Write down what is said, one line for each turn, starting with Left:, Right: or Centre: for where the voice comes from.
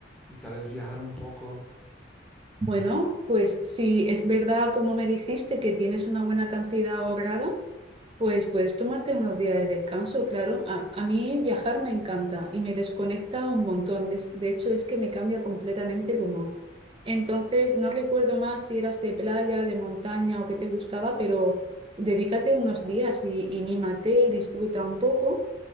Centre: y tal vez viajar un poco.
Right: Bueno, pues si es verdad, como me dijiste, que tienes una buena cantidad ahorrada, pues puedes tomarte unos días de descanso, claro. A, a mí viajar me encanta y me desconecta un montón. Des- De, hecho, es que me cambia completamente el humor. Entonces, no recuerdo más si eras de playa, de montaña o qué te gustaba, pero dedícate unos días y, y mímate y disfruta un poco.